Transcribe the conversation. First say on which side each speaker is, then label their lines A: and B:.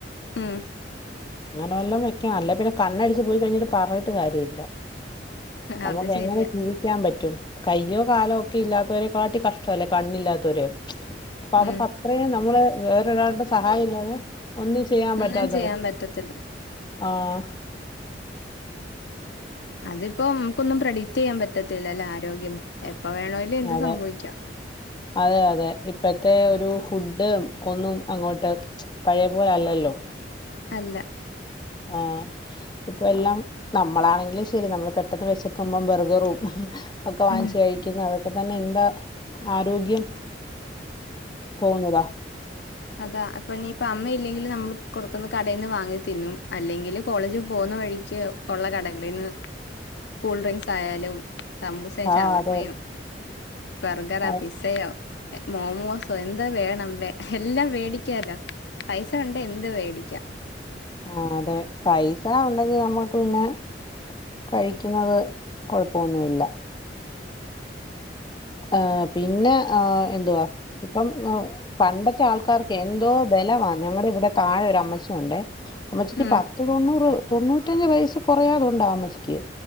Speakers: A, on the left; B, on the left.
A: ഉം.
B: നല്ലോം വെയ്ക്കാ അല്ലെ പിന്നെ കണ്ണടിച്ച് പോയി കഴ്ഞ്ഞിട്ട് പർഞ്ഞിട്ട് കാര്യഇല്ല. നമുക്ക്
A: അത് ശരിയാ
B: എങ്ങെനെ ജീവിക്കാൻ പറ്റും? കയ്യോ കാലോ ഒക്കെ ഇല്ലാത്തവരെ കാട്ടി കഷ്ട്ടവല്ലേ കണ്ണില്ലാത്തോര്. അപ്പൊ അവർക്ക
A: ഉം
B: ത്രയും ന്നമ്മള് വേറൊരാൾടെ സഹായല്ലാതെ ഒന്നും ചെയ്യാൻ
A: ഒന്നും
B: പറ്റാതാവും.
A: ചെയ്യാൻ പറ്റത്തില്ല
B: ആഹ്.
A: അതിപ്പോം മുക്കൊന്നും പ്രഡിക്റ്റെയ്യാൻ പറ്റത്തില്ലല്ലോ ആരോഗ്യം. എപ്പ വേണോലും എന്തും
B: അതെ
A: സംഭവിക്കാം.
B: അതെ, അതെ ഇപ്പഴത്തെ ഒരു ഫുഡ് ഒന്നും അങ്ങോട്ട് പഴേ പോലെഅല്ലല്ലോ
A: അല്ല.
B: ആഹ് ഇപ്പം എല്ലാം നമ്മളാണെങ്കിലും ശരി നമ്മള് പെട്ടെന്ന് വെശക്കുമ്പം ബർഗറും ഒക്കെ വാങ്ങിച്ച്
A: ഉം
B: കഴി ക്കുന്ന അതൊക്കെ തന്നെ എന്താ ആരോഗ്യം പോകുന്നതാ.
A: അതാ അപ്പൊഞ്ഞിയിപ്പ അമ്മയി ല്ലെങ്കില് നമ്മൾ കൊറത്തുന്ന് കടയിൽന്ന് വാങ്ങി തിന്നും. അല്ലെങ്കില് കോളേജി പോകുന്ന വഴിയ്ക്ക് ഒള്ള കടകളീന്ന് കൂൾ ഡ്രിങ്ക്സ് ആയാലും സമൂസയും
B: ആഹ്
A: ഷവർമ്മയും
B: അതെ
A: ബർഗറാ
B: ആഹ്
A: പിസ്സയോ എ മോമോസോ എന്താ വേണം വേ എല്ലാം വേടിക്കാലോ പൈസ ഉണ്ടേ എന്തും വേടിക്കാം.
B: ആഹ്, അതെ പൈസ ഉണ്ടെങ്കി നമ്മൾക്ക് പിന്നെ കഴിയ്ക്കുന്നത് കൊഴപ്പൊഒന്നുഇല്ല. ആഹ് പിന്നെ ആഹ് എന്തുവാ ദ്പ്പം പണ്ടത്തെ ആൾക്കാർക്കെ എന്തോ ബലവാ ഞങ്ങടെ ഇവ്ടെ താഴെ ഒരു അമ്മച്ചി ഉണ്ടേ അമ്മച്ചിക്ക്
A: ഉം
B: പത്ത് തൊണ്ണൂറ് തൊണ്ണൂറ്റഞ്ച വയസ്സ് കൊറയാതുണ്ടാ അമ്മച്ചിയ്ക്ക്